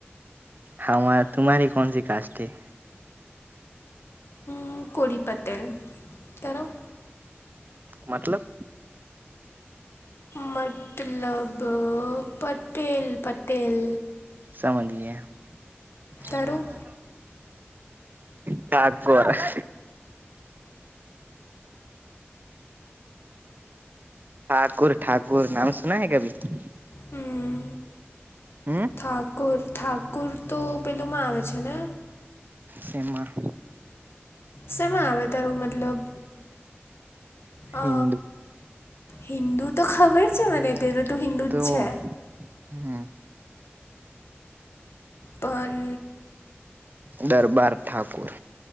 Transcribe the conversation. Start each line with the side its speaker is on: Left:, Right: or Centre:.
Right: હા મા તમારી કોન્સી કાસ્ટ હે.
Left: હું કોળી પટેલ તારું.
Right: મતલબ.
Left: મતલબ પટેલ પટેલ.
Right: સમજ લીયા.
Left: તારું
Right: ઠાકોર. <inaudible> ઠાકુર ઠાકુર નામ સુના હૈ કભી.
Left: હમ
Right: હમ
Left: ઠાકુર ઠાકુર તો પેલું મા આવે છે ને.
Right: સેમાં.
Left: સેમા આવે તારું મતલબ. અ
Right: હિન્દુ
Left: હિન્દુ તો ખબર છે મને કે તું હિન્દુ જ
Right: તો
Left: છે.
Right: હમ.
Left: પણ
Right: હું દરબાર ઠાકુર.